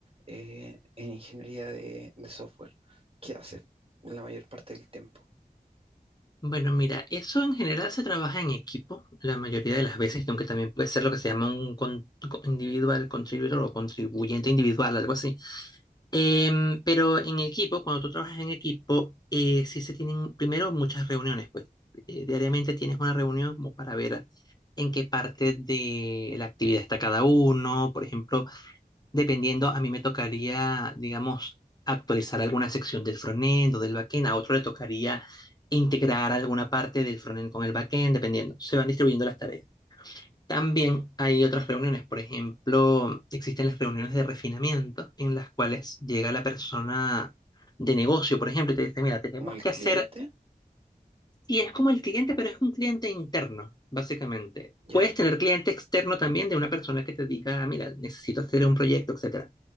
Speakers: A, on the right; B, on the left.
A: eh, en ingeniería de, de software, ¿qué haces la mayor parte del tiempo?
B: Bueno, mira, eso en general se trabaja en equipo la mayoría de las veces, aunque también puede ser lo que se llama un con- co- individual contributor o contribuyente individual, algo así. Em, pero en equipo, cuando tú trabajas en equipo, eh, sí se tienen primero muchas reuniones, pues eh, diariamente tienes una reunión como para ver en qué parte de la actividad está cada uno, por ejemplo. Dependiendo, a mí me tocaría, digamos, actualizar alguna sección del frontend o del backend, a otro le tocaría integrar alguna parte del frontend con el backend, dependiendo. Se van distribuyendo las tareas. También hay otras reuniones, por ejemplo, existen las reuniones de refinamiento en las cuales llega la persona de negocio, por ejemplo, y te dice, mira, tenemos
A: ¿Como el
B: que
A: cliente?
B: hacer, y es como el cliente, pero es un cliente interno, básicamente.
A: ¿Ya?
B: Puedes tener cliente externo también de una persona que te diga, mira, necesito hacer un proyecto, etcétera.